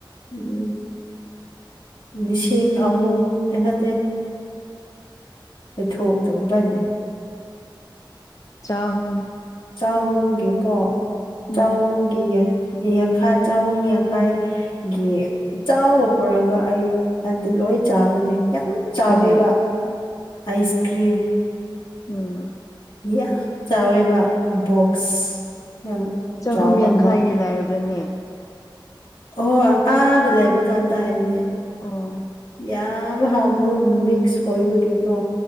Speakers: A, on the left (about 75°); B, on the left (about 40°).
A: ꯎꯝ ꯂꯤꯁꯤꯡ ꯑꯍꯨꯝ ꯑꯩ ꯅꯠꯇꯦ ꯄꯩ ꯊꯣꯗꯒꯨꯝ ꯐꯅꯦ
B: ꯆꯥꯍꯨꯝ
A: ꯆꯥꯍꯣꯡꯒꯦ ꯀꯣ
B: ꯎꯝ
A: ꯆꯥꯍꯣꯝꯒꯦ ꯌꯦ ꯌꯥꯡꯈꯥꯏ ꯆꯍꯨꯝ ꯌꯥꯡꯈꯥꯏ ꯒꯤ ꯆꯥꯎꯕ ꯄꯨꯔꯛꯑꯒ ꯑꯩ ꯍꯟꯖꯤꯜꯂꯛ ꯍꯣꯏ ꯆꯥꯕꯅꯦ ꯌꯥꯝ ꯆꯥꯎꯋꯦꯕ
B: ꯀꯔꯤ
A: ꯑꯥꯏꯁ ꯀ꯭ꯔꯤꯝ
B: ꯎꯝ
A: ꯌꯥꯝ ꯆꯥꯎꯋꯦꯕ ꯕꯣꯛꯁ ꯌꯥꯝ
B: ꯆꯍꯨꯝ
A: ꯆꯥꯎꯕ
B: ꯌꯥꯡꯈꯩꯒꯤ
A: ꯑꯃ
B: ꯂꯩꯕ꯭ꯔꯅꯦ
A: ꯍꯣꯏ ꯑꯥꯗ ꯂꯩꯕ ꯀꯥꯟꯗ ꯍꯥꯏꯕꯅꯦ
B: ꯑꯣ
A: ꯌꯥꯝ ꯍꯥꯕꯗꯨ ꯃꯛꯁ ꯑꯣꯏꯕ ꯀꯗꯨ